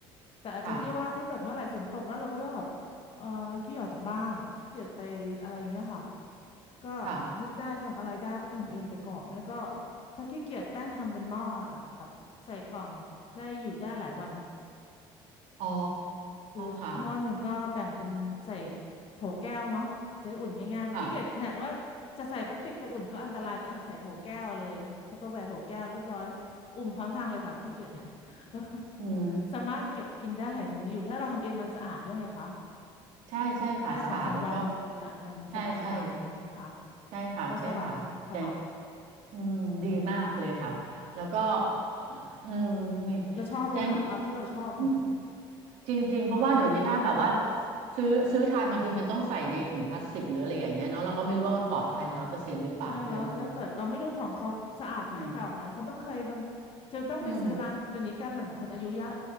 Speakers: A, on the left; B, on the right.
A: แต่อาจจะเรียกว่าถ้าเกิดเมื่อไหร่ฝนตกแล้วเราก็ต้องแบบเอ่อขี้ออกจากบ้านขี้เกียจไปอะไรอย่างเงี้ยค่ะ
B: ค่ะ
A: ก็
B: ค่ะ
A: นึกได้ทำอะไรได้ก็ทำเองไปก่อนไม่ก็ถ้าขี้เกียจแป้งทำเป็นหม้ออะค่ะแบบใส่กล่องได้อยู่ได้หลายวัน
B: อ๋อ
A: คือหม้อหนึ่งก็แบ่งเป็นใส่
B: ค่ะ
A: โถแก้วเนาะจะได้อุ่นง่ายๆแต่ขี้เกียจขนาดว่าจะใส่พลาสติกไปอุ่นก็อันตรายก็
B: ค่ะ
A: <laughs> อ่ะใส่โถแก้วเลยทัปเปอร์แวร์โถแก้วเรียบร้อยอุ่มพร้อมทางเลยค่ะขี้เกียจ <laughs> แล้วก็
B: อืม
A: สามารถเก็บกินได้หลายมื้ออยู่ถ้าเราทำเองมันสะอาดด้วยไงคะ
B: ใช่ใช่ค่ะสะอาดแล้วก็
A: ได้สองสามวันเลยอ่ะมันสบายๆค่ะ
B: ใช่ใช่ใช่ค่ะใช่ค่ะแจง
A: ก็สลับสลับ
B: อืมดีมากเลยค่ะแล้วก็เออมี
A: เราชอบด้วยค่ะเอาที่เราชอบค่ะ
B: แจงอืม จริงๆเพราะว่าเดี๋ยวนี้ถ้าแบบว่า
A: ทำใจตัวเองเต็มที่
B: ซื้อซื้อทานบางทีมันต้องใส่ในถุงพลาสติกหรืออะไรอย่างเงี้ยเนาะเราก็ไม่รู้ว่ามันปลอดภัยร้อยเปอร์เซ็นต์หรือเปล่าด้วยใช่ไหม
A: ใช่แล้วถ้าเกิดเราไม่รู้ของเขาสะอาดไหมเก่าไหมเขาบางเคยบาง
B: อืม
A: จะต้องไปซื้อร้านเดี๋ยวนี้แกเหมือนเหมือนคนอายุเยอะ
B: อืม